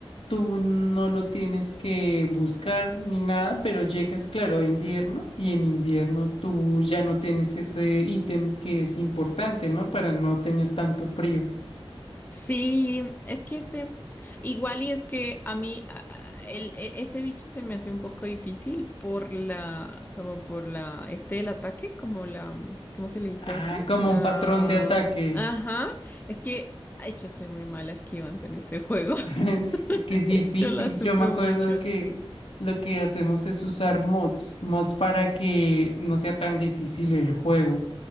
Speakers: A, on the left; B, on the left.
A: tú no lo tienes que buscar ni nada, pero llegas, claro, a invierno y en invierno tú ya no tienes ese ítem que es importante, ¿no? Para no tener tanto frío.
B: Sí, es que ese, igual y es que a mí a- a- el, e- ese bicho se me hace un poco difícil por la, como por la, este, el ataque, como la, mm, ¿cómo se le dice
A: Ah,
B: eso?
A: como
B: La,
A: un patrón de ataque.
B: ajá, es que, ay, yo soy muy mala esquivando en ese juego, <laughs>
A: <laughs> Es que es difícil.
B: yo la sufro
A: Yo me acuerdo
B: mucho,
A: que
B: sí.
A: lo que hacemos es usar mods, mods para que no sea tan difícil el juego.